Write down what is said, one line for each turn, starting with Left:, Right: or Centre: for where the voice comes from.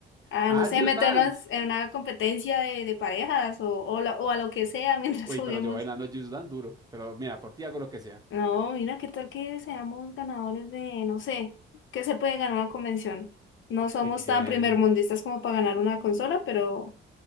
Left: ah,
Right: Ah,
Left: no sé,
Right: Just
Left: meternos
Right: Dance.
Left: en una competencia de, de parejas o, o, la- o a lo que sea mientras
Right: Uy,
Left: <laughs> juguemos.
Right: pero yo bailando Just Dance duro. Pero mira, por ti hago lo que sea.
Left: No, mira, qué tal que seamos ganadores de, no sé, qué se puede ganar una convención. No somos
Right: Eh,
Left: tan primermundistas como para ganar una consola, pero